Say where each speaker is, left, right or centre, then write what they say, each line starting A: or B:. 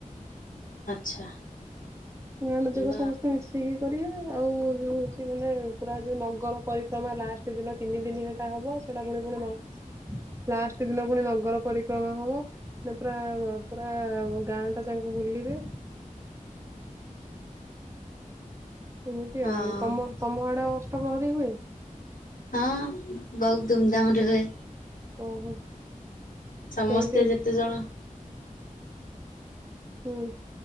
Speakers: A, on the left; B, on the right.
A: ଆଚ୍ଛା
B: ଗାଣ
A: ଭଲ
B: ଯକ ସମସ୍ତେ ମିଶେଇକି କରିବେ ଆଉ ଯୋଉ ହଉଛି ମାନେ ପୁରା ଯୋଉ ନଗର ପରିକ୍ରମା ଲାଷ୍ଟ ଦିନ ତିନି ଦିନ ସେଟା ହବ ସେଟା ପୁଣି ପୁଣି ଲାଷ୍ଟ ଦିନ ପୁଣି ନଗର ପରିକ୍ରମା ହବ ନା ପୁରା ପୁରା ଗାଁ ଟା ତାଙ୍କୁ ବୁଲିବେ ଏମିତି
A: ହଁ।
B: ଆଉ ତମ ତମ ଆଡ଼ ପ୍ରହଦୀ ହୁଏ
A: ହଁ ବହୁତ ଧୁମ ଧାମ ରହେ
B: ଓହୋ
A: ସମସ୍ତେ
B: କେମିତି
A: ଯେତେ ଜଣ
B: ହୁଁ